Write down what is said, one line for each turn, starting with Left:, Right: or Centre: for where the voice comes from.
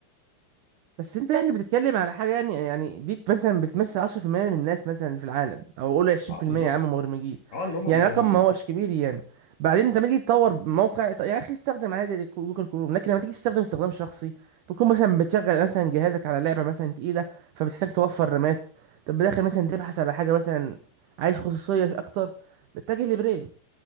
Right: بس انت يعني بتتكلم على حاجه يعني يعني دي مثلا بتمثل 10% من الناس مثلا في العالم او قول 20%
Left: اه بالظبط
Right: يا عم مبرمجين
Left: اه اللي هم المطورين
Right: يعني رقم ما هوش كبير يعني بعدين انت لما تيجي تطور موقع طيب يا اخي استخدم عادي جوجل كروم لكن لما تيجي تستخدم استخدام شخصي بتكون مثلا بتشغل مثلا جهازك على لعبه مثلا تقيله فبتحتاج توفر رامات طب بداخل مثلا تبحث على حاجه مثلا عايز خصوصيه اكتر بتتجه لبريف